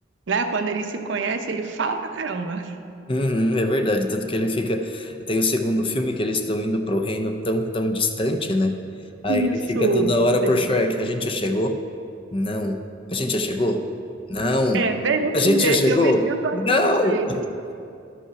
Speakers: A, on the right (about 75°); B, on the left (about 30°).
A: Né? Quando ele se conhece, ele fala pra caramba.
B: Uhum, é verdade, tanto que ele fica. Tem o segundo filme que eles estão indo para o reino tão, tão distante, né? Aí ele
A: Isso,
B: fica toda hora
A: sim.
B: pro Shrek: A gente já chegou? Não. A gente já chegou? Não.
A: É, bem desse
B: A gente
A: jeito.
B: já chegou?
A: E eu me sinto assim
B: Não!
A: às vezes.